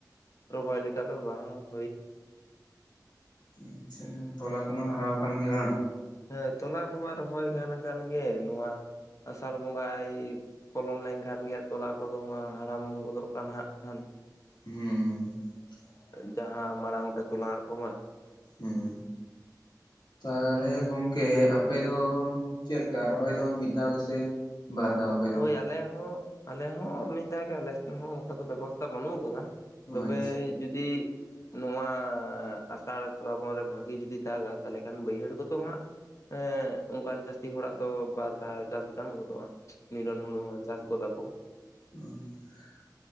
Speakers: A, on the left; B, on the left.
A: ᱨᱚᱦᱚᱭ ᱞᱮᱠᱟ ᱫᱚ ᱵᱟᱝ ᱾
B: ᱟᱪᱪᱷᱟ ᱛᱚᱞᱟ ᱠᱚᱢᱟ ᱦᱟᱨᱟᱣ ᱟᱠᱟᱱ ᱜᱮ ᱵᱟᱝ ᱾
A: ᱦᱮᱸ ᱛᱚᱞᱟ ᱠᱚᱢᱟ ᱨᱚᱦᱚᱭ ᱜᱟᱱ ᱟᱠᱟᱱ ᱜᱮ, ᱱᱚᱣᱟ ᱟᱥᱟᱲ ᱵᱚᱸᱜᱟᱭᱼᱼ ᱯᱚᱞᱚᱢ ᱞᱮᱱᱠᱷᱟᱱ ᱜᱮ ᱛᱚᱞᱟ ᱠᱚᱫᱚ ᱢᱟ ᱦᱟᱲᱟᱢ ᱜᱚᱫᱚᱜ ᱠᱟᱱ ᱦᱟᱸᱜ ᱠᱷᱟᱱ ᱾
B: ᱦᱩᱸ
A: ᱡᱟᱦᱟᱸ ᱢᱟᱲᱟᱝ ᱛᱮ ᱛᱚᱞᱟ ᱦᱟᱸᱜ ᱠᱚᱢᱟ ᱾
B: ᱦᱩᱸ ᱛᱟᱦᱚᱞᱮ ᱜᱚᱝᱠᱮ ᱟᱯᱮ ᱫᱚ ᱪᱮᱫ ᱞᱮᱠᱟ ᱨᱚᱦᱚᱭ ᱫᱚ ᱢᱤᱫ ᱫᱷᱟᱣ ᱜᱮᱥᱮ? ᱵᱟᱨ ᱫᱷᱟᱣ ᱾
A: ᱦᱚᱭ ᱟᱞᱮ ᱦᱚᱸ ᱟᱞᱮ ᱦᱚᱸ ᱢᱤᱫ ᱫᱷᱟᱣ ᱜᱮ, ᱟᱞᱮᱥᱮᱫ ᱦᱚᱸ ᱚᱱᱠᱟ ᱫᱚ ᱵᱮᱵᱚᱥᱛᱷᱟ ᱵᱟᱹᱱᱩᱜ ᱟᱠᱟᱫᱟ ᱾ ᱛᱚᱵᱮ
B: ᱟᱪᱪᱷᱟ
A: ᱡᱩᱫᱤ ᱱᱚᱣᱟᱼᱼ ᱟᱥᱟᱲ ᱥᱮᱨᱟᱵᱚᱱ ᱨᱮ ᱵᱷᱟᱹᱜᱤ ᱡᱩᱫᱤ ᱫᱟᱜᱟᱭ ᱛᱟᱦᱞᱮ ᱠᱷᱟᱱ ᱵᱟᱹᱭᱦᱟᱹᱲ ᱠᱚᱫᱚ ᱦᱟᱸᱜᱼᱼ ᱦᱮᱸ ᱚᱱᱠᱟᱱ ᱪᱟᱹᱥᱤ ᱦᱚᱲᱟᱜ ᱫᱚ ᱵᱟᱨ ᱫᱷᱟᱣ ᱪᱟᱥ ᱜᱟᱱ ᱜᱚᱫᱚᱜᱼᱟ ᱾ ᱱᱤᱨᱚᱱ ᱦᱩᱲᱩ ᱦᱚᱸ ᱪᱟᱥ ᱜᱚᱫᱟ ᱠᱚ ᱾
B: ᱦᱩᱸ <unintelligible>